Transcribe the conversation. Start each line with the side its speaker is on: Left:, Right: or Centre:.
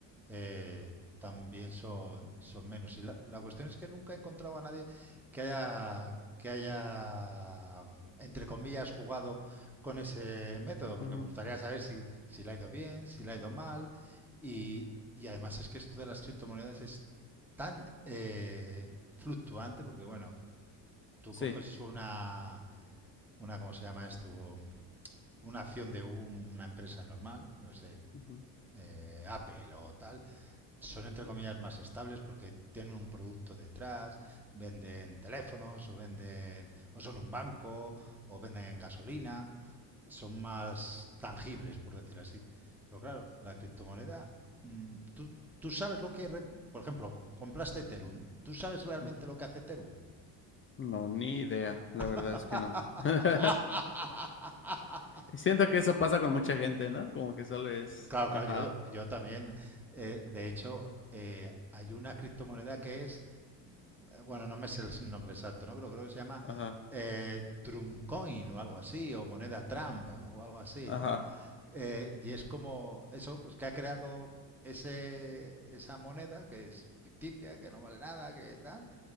Centre: eh, también son, son menos. Y la, la cuestión es que nunca he encontrado a nadie que haya, que haya, entre comillas, jugado con ese método, porque
Left: ujú,
Centre: me gustaría saber si, si le ha ido bien, si le ha ido mal, y, y además es que esto de las criptomonedas es tan eh, fluctuante, porque bueno, tú
Left: Sí.
Centre: coges una, una, ¿cómo se llama esto? Una acción de una empresa normal, no sé,
Left: ujú,
Centre: eh, Apple o tal, son entre comillas más estables porque tienen un producto detrás, venden teléfonos o venden o son un banco o venden gasolina, son más tangibles por decir así. Pero claro, la criptomoneda, mm, tú, tú sabes lo que es, por ejemplo, compraste Ethereum, ¿tú sabes realmente
Left: ujú.
Centre: lo que hace Ethereum?
Left: No, ni idea, la verdad
Centre: <laughs>
Left: es que no. <laughs> Siento que eso pasa con mucha gente, ¿no? Como que solo es...
Centre: Claro,
Left: Ajá,
Centre: claro, yo, yo también. eh, de hecho, eh, hay una criptomoneda que es eh, Bueno, no me sé el nombre exacto, ¿no? Pero creo que se llama
Left: ajá,
Centre: eh, Trump Coin o algo así, o moneda Trump o algo así,
Left: ajá.
Centre: ¿no? Eh, y es como eso, pues que ha creado ese, esa moneda que es ficticia, que no vale nada, que tal,